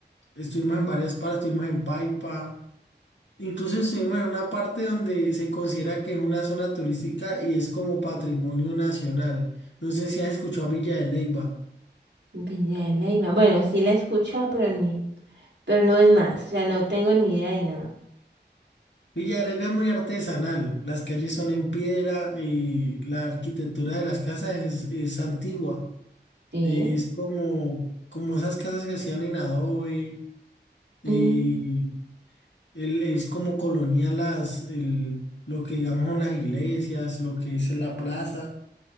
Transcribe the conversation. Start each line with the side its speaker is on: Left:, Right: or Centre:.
Left: estuvimos en varias partes, estuvimos en Paipa. Incluso estuvimos en una parte donde se considera que es una zona turística y es como patrimonio nacional. No sé si has escuchado Villa de Leyva.
Right: Villa de Leyva. Bueno, sí la he escuchado, pero ni, pero no es más. O sea, no tengo ni idea de nada.
Left: Villa de la Ley es muy artesanal, las calles son en piedra y la arquitectura de las casas es, es antigua,
Right: Sí.
Left: es como, como esas casas que hacían en adobe, y
Right: Mm,
Left: el- es como colonial las, el- lo que digamos son las iglesias, lo que es la plaza,